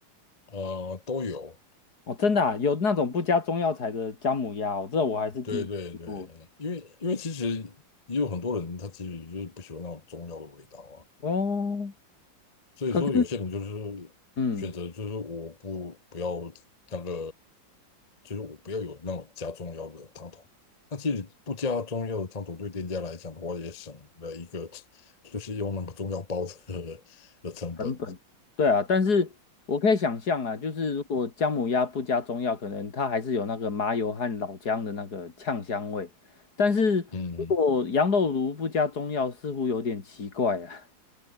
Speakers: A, on the left (about 25°); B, on the left (about 55°).
A: 呃，都有。
B: 哦，真的啊，有那种不加中药材的姜母鸭哦，这我还是第一次听过。
A: 对对对，因为因为其实也有很多人他其实就是不喜欢那种中药的味道啊，
B: 哦，
A: 所以说有些人就是
B: 可是，嗯。
A: 选择就是我不不要那个，就是我不要有那种加中药的汤头。那其实不加中药的汤头对店家来讲的话，也省了一个就是用那个中药包的的成本。
B: 成本，对啊，但是我可以想象啊，就是如果姜母鸭不加中药，可能它还是有那个麻油和老姜的那个呛香味。但是如果羊肉炉不加中药，
A: 嗯
B: 似乎有点奇怪啊。